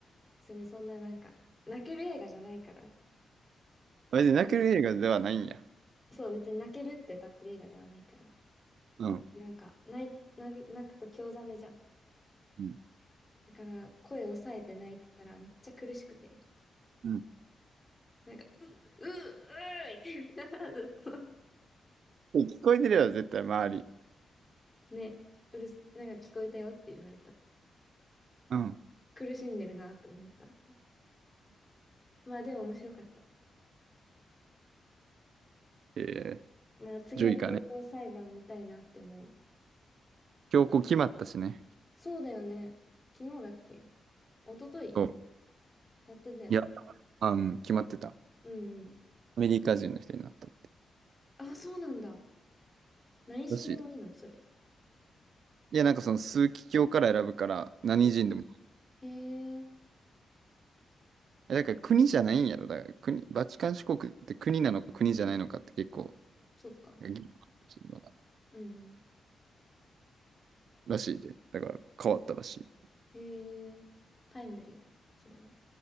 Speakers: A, on the left; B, on the right.
A: 別にそんななんか、泣ける映画じゃないから。
B: あれで泣ける映画ではないんや。
A: そう、別に泣けるって立ってる映画ではないから。
B: うん、
A: なんか、泣い、泣泣くと興ざめじゃん。
B: うん、
A: だから、声を抑えて泣いてたらめっちゃ苦しくて。
B: うん。
A: なんか、ううううーみたいな、<laughs> ずっと。
B: 聞こえてるやろ、絶対、周り。
A: ね、うるす、なんか聞こえたよって言われた。
B: うん。
A: 苦しんでるなと思ったって。まあでも面白かった。
B: えー、
A: まあ次は強行裁判見たいなって思う。
B: ジョイかね。今日こう決まったしね。
A: そうだよね。昨日だっけ一昨日
B: こう。
A: やってたよね。
B: いや、あ、うん、決まってた。
A: うんうん。
B: アメリカ人の人になった。
A: あ、そうなんだ。何人でもいいの、
B: らしい。
A: それ。
B: いや、なんかその枢機卿から選ぶから、何人でも。
A: うん。へえ、
B: え、だから国じゃないんやろ。だから国、バチカン市国って国なのか国じゃないのかって結構、
A: そっか。
B: なんか議論あるらしい
A: うんうん。
B: らしいで。だから変わったらしい。
A: へえ、タイムリーだね、それは。